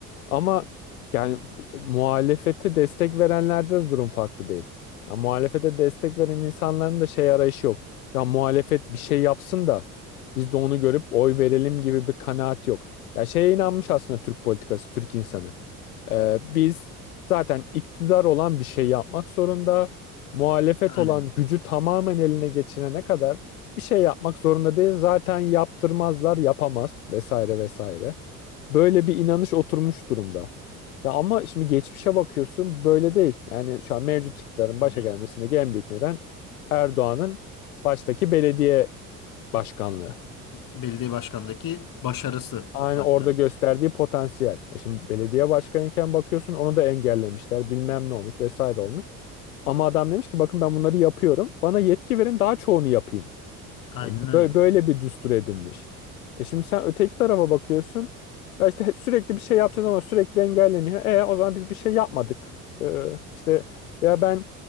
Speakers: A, on the left (about 70°); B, on the left (about 45°).
A: Ama yani muhalefete destek verenlerde de durum farklı değil. Ya muhalefete destek veren insanların da şey arayışı yok. Ya muhalefet bir şey yapsın da biz de onu görüp oy verelim gibi bir kanaat yok. Ya şeye inanmış aslında Türk politikası, Türk insanı. Ee, biz zaten iktidar olan bir şey yapmak zorunda. Muhalefet
B: Aynen.
A: olan gücü tamamen eline geçirene kadar bir şey yapmak zorunda değil. Zaten yaptırmazlar, yapamaz vesaire vesaire. Böyle bir inanış oturmuş durumda. Ya ama şimdi geçmişe bakıyorsun böyle değil. Yani şu an mevcut iktidarın
B: öyle.
A: başa
B: değil.
A: gelmesindeki en büyük neden Erdoğan'ın baştaki belediye başkanlığı.
B: Belediye başkanındaki başarısı
A: Aynı
B: hatta.
A: orada gösterdiği potansiyel. E şimdi belediye başkanıyken bakıyorsun onu da engellemişler. Bilmem ne olmuş vesaire olmuş. Ama adam demiş ki bakın ben bunları yapıyorum. Bana yetki verin daha çoğunu yapayım.
B: Aynen
A: Hani
B: öyle.
A: böyle, böyle bir düstur edinmiş. E şimdi sen öteki tarafa bakıyorsun. Ya işte sürekli bir şey yapacağız ama sürekli engelleniyor. E o zaman biz bir şey yapmadık. E, işte veya ben